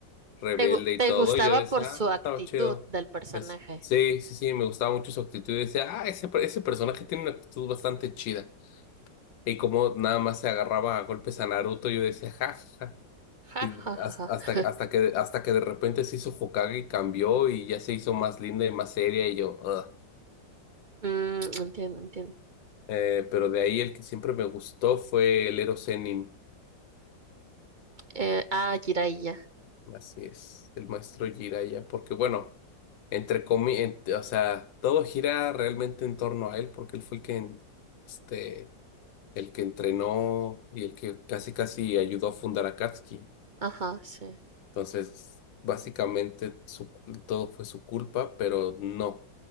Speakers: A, on the left (about 85°); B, on the right (about 45°).
A: rebelde
B: Te, gu-
A: y
B: te
A: todo,
B: gustaba
A: y yo decía,
B: por su
A: ah,
B: actitud
A: estaba chido.
B: del personaje.
A: Pues, sí, sí, sí, me gustaba mucho su actitud. Y decía, ah, ese, per- ese personaje tiene una actitud bastante chida. Y como nada más se agarraba a golpes a Naruto, yo decía, ja, ja. ja".
B: Ja,
A: Y
B: ja,
A: has-
B: ja, ja.
A: hasta,
B: ja.
A: hasta que, hasta que de repente se hizo Hokage y cambió y ya se hizo más linda y más seria, y yo, "Ugh".
B: Mm, entiendo, entiendo.
A: Eh, pero de ahí el que siempre me gustó fue el Ero Sennin.
B: Eh, ah, Jiraiya.
A: Así es, el maestro Jiraiya, porque bueno. entre comillas, o sea, todo gira realmente en torno a él porque él fue el que, este, el que entrenó y el que casi casi ayudó a fundar a Katsuki.
B: Ajá, sí.
A: Entonces, básicamente su cul- todo fue su culpa, pero no,